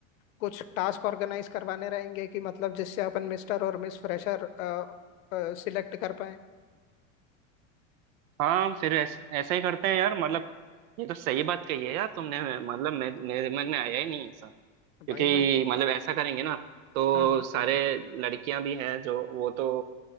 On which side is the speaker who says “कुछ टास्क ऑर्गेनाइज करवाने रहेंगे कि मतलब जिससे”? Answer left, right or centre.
Left